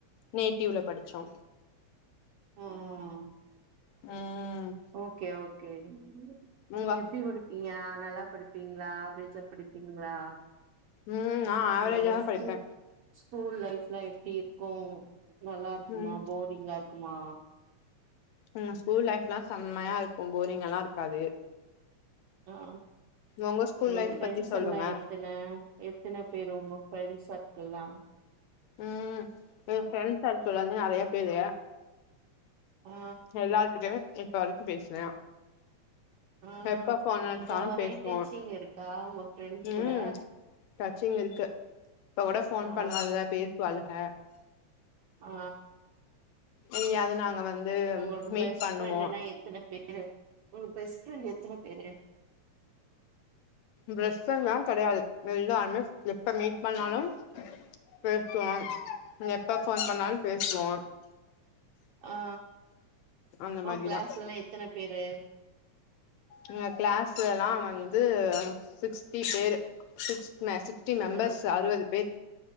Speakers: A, on the left; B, on the right.
A: நேட்டிவ்ல படிச்சோ
B: ம் ம்
A: ம்
B: ஓகே ஓகே
A: உங்க
B: நீங்க எப்டி படி நீங்க நல்லா படிப்பீங்களா ஆவரேஜா படிப்பீங்களா
A: ம் நா ஆவரேஜா
B: ஆ
A: தா
B: ஸ்கூ
A: படிப்பே
B: ஸ்கூல் லைப்ல எப்டி இருக்கு நல்லா இருக்குமா
A: ம்
B: போரிங்கா இருக்குமா
A: ம் ஸ்கூல் லைஃப் எல்லா செம்மையா இருக்கு போரிங் ஆ லா இருக்காது
B: ஆ
A: உங்க ஸ்கூல்
B: உங்களுக்கு
A: லைஃப்
B: ஃப்ரெண்ட்ஸ்
A: பத்தி சொல்லுங்க
B: எல்லா எத்தின எத்தன பேர் உங்க ஃப்ரெண்ட்ஸ் சர்க்கிள்லா
A: ம் எ ஃப்ரெண்ட் சர்க்கிள் வந்து நெறைய பேரு
B: ஆ
A: எல்லாருக்கிட்டையுமே இப்போ வரைக்கு பேசுவே
B: ஆ
A: எப்ப போனாலு
B: இப்ப
A: தா
B: வரையு
A: பேசுவோ
B: டச்சிங் இருக்கா உங்க ஃப்ரெண்ட்ஸ்
A: ம்
B: கூட
A: டச்சிங் இருக்கு இப்ப கூட போன்
B: ஆ
A: பண்ணுவாளுங்க பேசுவாளுங்க
B: ஆ
A: இல்லயே அது நாங்க வந்து
B: உங்களோட
A: மீட்
B: பெஸ்ட்
A: பண்ணுவோ
B: ஃரெண்ட்னா எத்தன பேரு உங்க பெஸ்ட் ஃப்ரெண்ட் எத்தன பேரு
A: பிரஷ் எல்லா கிடையாது எல்லாருமே <unintelligible> எப்ப மீட் பண்ணாலு பேசுவோ எப்ப போன் பண்ணாலு பேசுவோ
B: ஆ
A: அந்த
B: ஓ
A: மாரிதா
B: கிளாஸ்லல்லா எத்தன பேரு
A: எங்க கிளாஸ் எல்லா வந்து சிக்ஸ்டி பேரு சிக்ஸ் சீஸ்ட்டி மெம்பர்ஸ்
B: ஆ
A: அறுபது பேர்